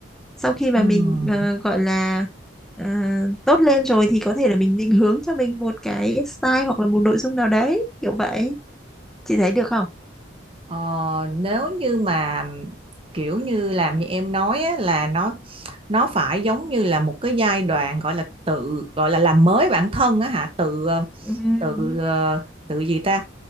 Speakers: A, in the centre; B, on the right.
A: sau khi mà
B: ừm.
A: mình ờ, gọi là ờ, tốt lên rồi thì có thể là mình định hướng cho mình một cái style hoặc là một nội dung nào đấy kiểu vậy chị thấy được không
B: Ờ, nếu như mà kiểu như làm như em nói á, là nó nó phải giống như là một cái giai đoạn gọi là tự gọi là làm mới bản thân á hả tự ờ,
A: Ừm.
B: tự ờ, tự gì ta